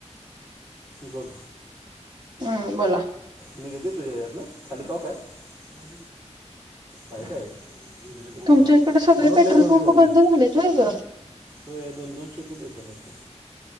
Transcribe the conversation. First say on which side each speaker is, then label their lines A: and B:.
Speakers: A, on the right; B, on the right.
A: बोल.
B: हू म बोला.
A: निघत तुझ्या ह्यात न? खाली कॉक हाय. <unintelligible> बाईक हाय व्हय.
B: तुमच्या इकडे सगळे
A: म्हणून
B: पेट्रोल
A: लई भरून
B: पंप
A: ठेवायचं
B: बंद
A: नाही.
B: झालेत व्हय ग
A: होय दोन दोनशे रुपय देत्यात वाटतं.